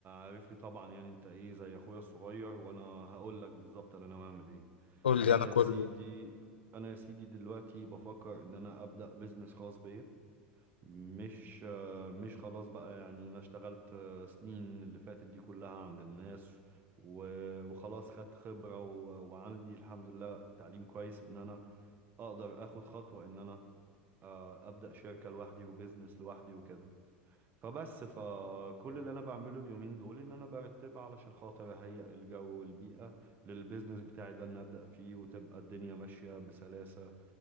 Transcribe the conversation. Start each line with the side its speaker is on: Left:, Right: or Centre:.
Right: عارفني طبعا يعني انت ايه زي اخويا الصغير وانا هقول لك بالظبط انا ناوي اعمل ايه
Left: قول
Right: انا
Left: لي أنا كله
Right: يا سيدي انا يا سيدي دلوقتي بفكر ان انا ابدا بزنس خاص بيا مش آه، مش خلاص بقى يعني انا اشتغلت آه، سنين اللي فاتت دي كلها عند الناس و- وخلاص خدت خبرة و- وعندي الحمد لله تعليم كويس ان انا اقدر اخد خطوة ان انا آه، ابدا شركة لوحدي وبزنس لوحدي وكده فبس فكل اللي انا بعمله اليومين دول ان انا برتبها علشان خاطر اهيئ الجو والبيئة للبيزنس بتاعي ده ان ابدأ فيه وتبقى الدنيا ماشية بسلاسة